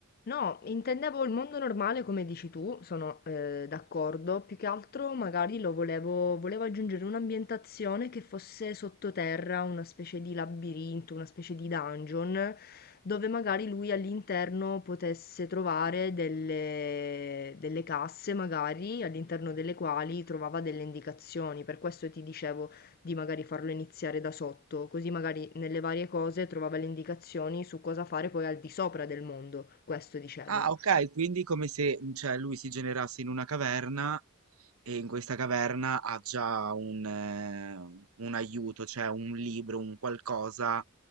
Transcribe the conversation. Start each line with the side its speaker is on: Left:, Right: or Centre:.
Left: No, intendevo il mondo normale come dici tu, sono eh, d'accordo, più che altro magari lo volevo, volevo aggiungere un'ambientazione che fosse sottoterra, una specie di labirinto, una specie di dungeon, dove magari lui all'interno potesse trovare delle, delle casse, magari all'interno delle quali trovava delle indicazioni, per questo ti dicevo di magari farlo iniziare da sotto, così magari nelle varie cose trovava le indicazioni su cosa fare poi al di sopra del mondo, questo dicevo.
Right: Ah, ok, quindi come se, mm, cioè, lui si generasse in una caverna e in questa caverna ha già un, eh, un aiuto, cioè un libro, un qualcosa.